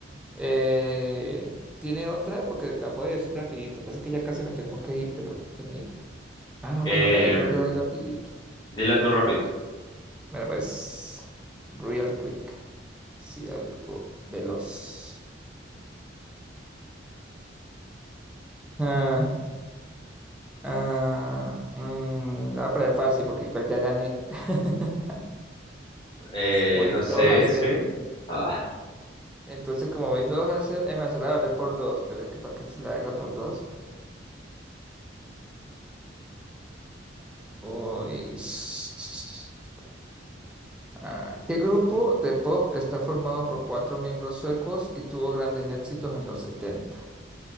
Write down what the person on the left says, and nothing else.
em,
dile a tu rapid.
Eh,
no sé,
sí. Ah,